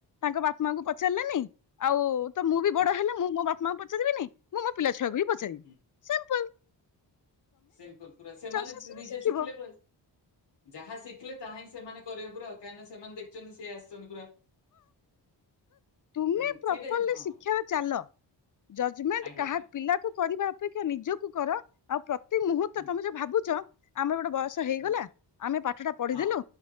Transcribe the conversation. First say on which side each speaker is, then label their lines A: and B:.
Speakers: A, on the left (about 45°); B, on the left (about 65°).
A: ତାଙ୍କ ବାପା ମାଙ୍କୁ ପଚାରିଲେନି ଆଉ ତ ମୁଁ ବି
B: ହଁ
A: ବଡ଼ ହେଲେ ମୁଁ ମୋ ବାପାଙ୍କୁ ପଚାରିବିନି ମୁଁ ମୋ ପିଲା ଛୁଆକୁ ବି ପଚାରିବିନି
B: ହୁଁ
A: ସିମ୍ପୁଲ।
B: ସିମ୍ପୁଲ ପୁରା ସେମାନେ
A: ସେ
B: ନିଜେ
A: ଶିଖିବ
B: ଶିଖିଲେ ଯାହା ଶିଖିଲେ ତାହା ହିଁ ସେମାନେ କରିବେ ପୁରା କାହିଁକିନା ସେମାନେ ଦେଖଛନ୍ତି ସେ ଆସିଛନ୍ତି ପୁରା।
A: ତମେ
B: ହୁଁ
A: ପ୍ରପରଲି
B: ସେଇଟା ହଁ
A: ଶିକ୍ଷା ଚାଲ ଜଜମେଣ୍ଟ
B: ଆଜ୍ଞା
A: କାହା
B: ଆଜ୍ଞା
A: ପିଲାକୁ କରିବା ଅପେକ୍ଷା ନିଜକୁ କର ଆଉ ପ୍ରତି ମୁହୂର୍ତ୍ତ
B: ହୁଁ
A: ତମେ ଯୋଉ ଭାବୁଛ ଆମେ ଗୋଟେ ବୟ ହେଇଗଲା
B: ହୁଁ
A: ଆମେ ପାଠ ଟା ପଢିଦେଲୁ
B: ହଁ